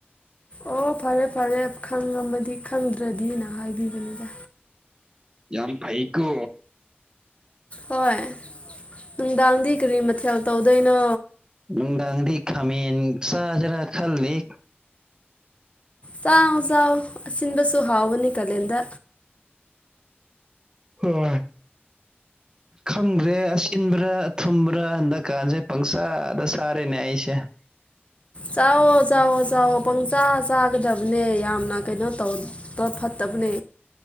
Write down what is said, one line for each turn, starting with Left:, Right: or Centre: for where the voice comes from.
Left: ꯑꯣ ꯐꯔꯦ ꯐꯔꯦ ꯈꯪꯝꯃꯗꯤ ꯈꯪꯗ꯭ꯔꯗꯤꯅ ꯍꯥꯏꯕꯤꯕꯅꯤꯗ
Right: ꯌꯥꯝ ꯐꯩ ꯀꯣ
Left: ꯍꯣꯏ ꯅꯨꯡꯗꯥꯡꯗꯤ ꯀꯔꯤ ꯃꯊꯦꯜ ꯇꯧꯗꯣꯏꯅꯣ
Right: ꯅꯨꯡꯗꯥꯡꯗꯤ ꯈꯃꯟ ꯁꯥꯁꯤꯔ ꯈꯜꯂꯤ
Left: ꯆꯥꯎ ꯆꯥꯎ ꯑꯁꯤꯟꯕꯁꯨ ꯍꯥꯎꯕꯅꯤ ꯀꯥꯂꯦꯟꯗ
Right: ꯍꯣꯏ ꯈꯪꯗ꯭ꯔꯦ ꯑꯁꯤꯟꯕ꯭ꯔꯥ ꯊꯨꯝꯕ꯭ꯔ ꯄ꯭ꯔꯥ ꯍꯟꯗꯛꯀꯥꯟꯁꯦ ꯄꯪꯁꯥꯗ ꯆꯔ‌ꯦꯅ‌ꯦ ꯑꯩꯁ‌ꯦ
Left: ꯆꯥꯎꯑꯣ ꯆꯥꯎꯑꯣ ꯆꯥꯎꯑꫭ ꯄꯪꯆꯥꯥ ꯆꯥꯒꯗꯕꯅꯦ ꯌꯥꯝꯅ ꯀꯩꯅꯣ ꯇꯧ ꯐꯠꯇꯕꯅꯦ